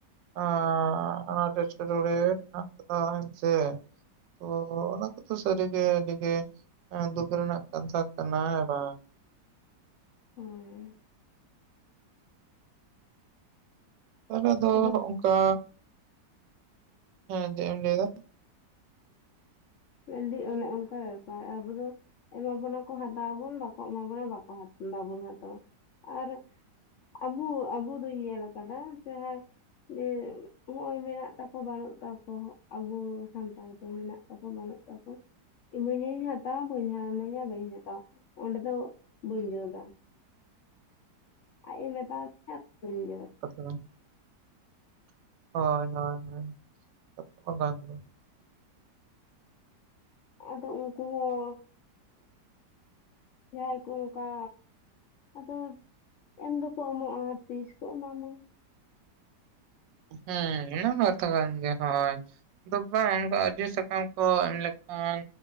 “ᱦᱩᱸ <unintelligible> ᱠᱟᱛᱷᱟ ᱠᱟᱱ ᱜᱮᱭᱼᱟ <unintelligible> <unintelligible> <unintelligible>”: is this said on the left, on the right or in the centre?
Right